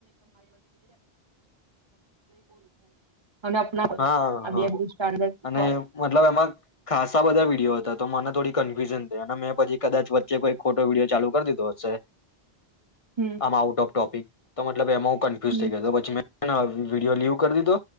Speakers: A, on the right; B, on the left.
A: <inaudible> કોલેજ
B: હા, હા,
A: આ
B: હા,
A: બે બહુ સ્ટાન્ડર્ડ શીખવાડે
B: અને મતલબ એમાં ખાસા બધા વિડીયો હતા, તો મને થોડીક કફ્યુઝન થઈ અને મેં પછી કદાચ વચ્ચે કોઈ ખોટો વિડીયો ચાલુ કર દીધો હશે.
A: હમ
B: આમાં આઉટ ઓફ ટોપિક તો મતલબ એમો કન્ફ્યુઝ
A: હમ
B: થઈ ગયો તો પછી મે નો વિડીયો લીવ કર દીધો